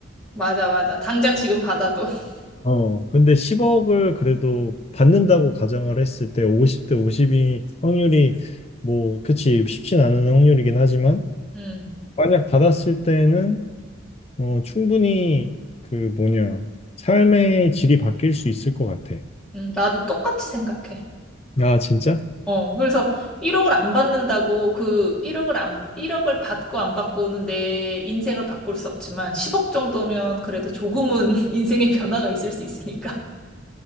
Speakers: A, in the centre; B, on the left.
A: 맞아, 맞아. 당장 지금 받아도. <laughs>
B: 어, 근데 10억을 그래도 받는다고 가정을 했을 때 50대 50이 확률이 뭐, 그치, 쉽진 않은 확률이긴 하지만,
A: 응,
B: 만약 받았을 때는, 어, 충분히 그 뭐냐, 삶의 질이 바뀔 수 있을 것 같아.
A: 음, 나도 똑같이 생각해.
B: 아, 진짜?
A: 어, 그래서 1억을 안 받는다고 그 1억을 안, 1억을 받고 안 받고는 내 인생을 바꿀 수 없지만 10억 정도면 그래도 조금은 <laughs> 인생의 변화가 있을 수 있으니까.